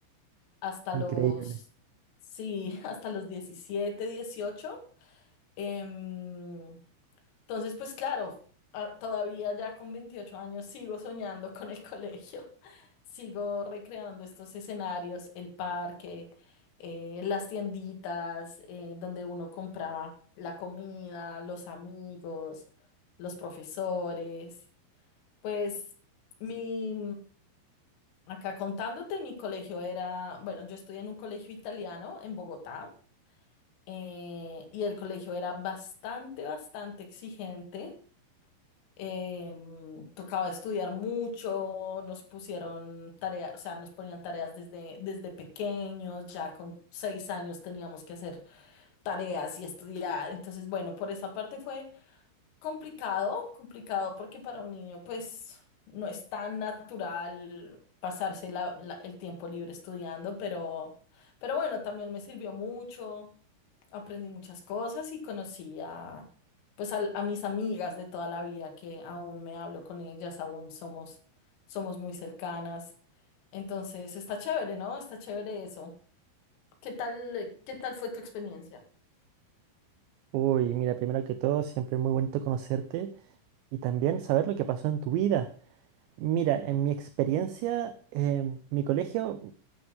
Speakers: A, on the left (about 75°); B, on the right (about 85°).
A: hasta
B: increíble.
A: los, sí, <laughs> hasta los 17 dieciocho Em, entonces, pues claro, a- todavía ya con 28 años sigo soñando con el <laughs> colegio, sigo recreando estos escenarios, el parque, eh, las tienditas eh, donde uno compraba la comida, los amigos, los profesores, pues... Mi, Acá contándote, mi colegio era, bueno, yo estudié en un colegio italiano en Bogotá eh, y el colegio era bastante, bastante exigente. eh, tocaba estudiar mucho, nos pusieron tareas, o sea, nos ponían tareas desde, desde pequeños, ya con seis años teníamos que hacer tareas y estudiar. Entonces, bueno, por esa parte fue Complicado, complicado, porque para un niño, pues, no es tan natural pasarse la- la- el tiempo libre estudiando, pero, pero bueno, también me sirvió mucho, aprendí muchas cosas y conocí a, pues, al- a, mis amigas de toda la vida, que aún me hablo con ellas, aún somos, somos muy cercanas. Entonces, está chévere, ¿no? Está chévere eso. ¿Qué tal, qué tal fue tu experiencia?
B: Uy, mira, primero que todo, siempre muy bonito conocerte y también saber lo que pasó en tu vida. Mira, en mi experiencia, em, mi colegio,